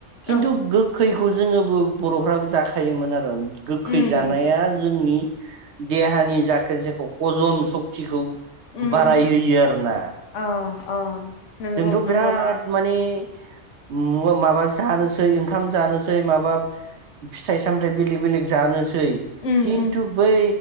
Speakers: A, on the right; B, on the left.
A: खिन्थु
B: औ
A: गोखैखौ जोङो औ बर'फ्राबो जाखायोमोन आरो । गोखै
B: उम
A: जानाया
B: उम
A: जोंनि देहानि जाखो जायखौ हजम सक्तिखौ
B: उम
A: बाराय
B: उम
A: होयो आरो ना ।
B: अ अ नंगौ
A: जोंथ'
B: नंगौ
A: बिराद माने म-माबा जानोसै ओंखाम जानोसै माबा फिथाइ सामथाइ बेलेग बेलेग जानो सै
B: उम
A: किन्थु
B: उम
A: बै